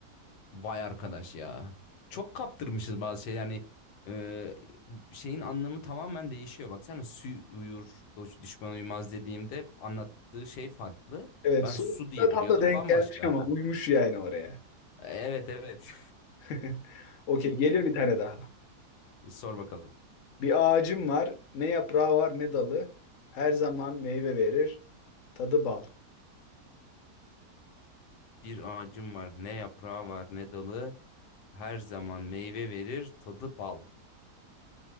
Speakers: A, on the left; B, on the left.
A: Vay arkadaş ya. Çok kaptırmışız bazı şey yani e, şeyin anlamı tamamen değişiyor. Baksana sü uyur, dost- düşman uyumaz dediğimde hep anlattığı şey farklı.
B: Evet
A: Ben
B: su
A: su diye
B: da tam
A: biliyordum
B: da denk
A: bambaşka.
B: gelmiş ama uymuş yani oraya.
A: E, Evet evet.
B: <laughs> Okey geliyor bir tane daha.
A: <laughs> Sor bakalım.
B: Bir ağacım var. Ne yaprağı var ne dalı. Her zaman meyve verir. Tadı bal.
A: Bir ağacım var, ne yaprağı var, ne dalı. Her zaman meyve verir, tadı bal.